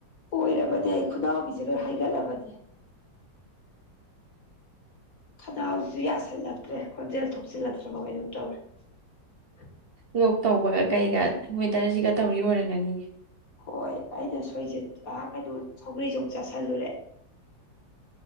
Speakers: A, on the left (about 50°); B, on the right (about 40°).
A: ꯑꯣꯏꯔꯕꯅꯦ ꯑꯩ ꯈꯨꯅꯥꯎꯕꯤꯖꯦ ꯂꯣꯏ ꯍꯩꯒꯠꯂꯕꯅꯦ ꯈꯅꯥꯎꯖꯤꯁꯨ ꯌꯥꯁꯤꯜꯂꯛꯇ꯭ꯔꯦ ꯈꯣꯟꯖꯦꯜ ꯊꯣꯛꯆꯤꯜꯂꯛꯇ꯭ꯔꯕꯣ ꯀꯩꯅꯣꯝ ꯇꯧꯔꯦ
B: ꯂꯣꯛ ꯇꯧꯕꯒ ꯀꯩꯒ ꯋꯦꯗꯔꯁꯤꯒ ꯇꯧꯔꯤ ꯑꯣꯏꯔꯝꯒꯅꯤꯌꯦ
A: ꯍꯣꯏ ꯑꯩꯅ ꯁꯣꯏꯖꯤꯟ ꯑ ꯀꯩꯅꯣ ꯁꯧꯒ꯭ꯔꯤꯖꯨ ꯑꯃꯨꯛ ꯆꯥꯁꯤꯜꯂꯨꯔꯦ